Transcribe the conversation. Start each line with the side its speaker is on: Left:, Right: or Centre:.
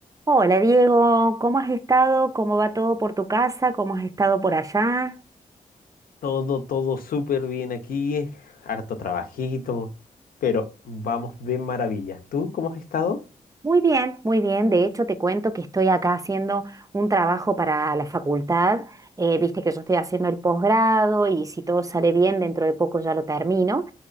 Right: Hola Diego, ¿cómo has estado? ¿Cómo va todo por tu casa? ¿Cómo has estado por allá?
Left: Todo, todo súper bien aquí, harto trabajito, pero vamos de maravilla. ¿Tú cómo has estado?
Right: Muy bien, muy bien. De hecho, te cuento que estoy acá haciendo un trabajo para la facultad. Eh, viste que yo estoy haciendo el posgrado y si todo sale bien, dentro de poco ya lo termino.